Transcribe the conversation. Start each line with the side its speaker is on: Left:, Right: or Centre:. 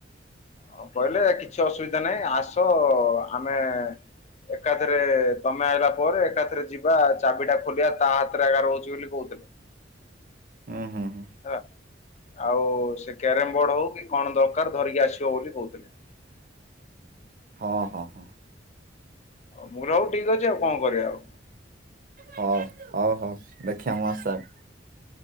Left: ଆଉ କହିଲେ କିଛି ଅସୁବିଧା ନାହିଁ, ଆସ ଆମେ ଏକାଥେରେ ତମେ ଆଇଲା ପରେ ଏକାଥେରେ ଯିବା ଚାବିଟା ଖୋଲିବା ତା ହାତରେ ଏଗା ରହୁଚି ବୋଲି କହୁଥିଲେ
Right: ଉଁ ହୁଁ ହୁଁ।
Left: ହେଲା ଆଉ ସେ କ୍ୟାରେମ୍ ବୋର୍ଡ ହଉ କି କଣ ଦରକାର ଧରିକି ଆସିବ ବୋଲି କହୁଥିଲେ।
Right: ହଁ ହଁ।
Left: ମୁଁ କହିଲି ହଉ ଠିକ୍ ଅଛି ଆଉ କଣ କରିବା ଆଉ।
Right: ହଉ ହଉ ହଉ ଦେଖିଆ ମ ସାର୍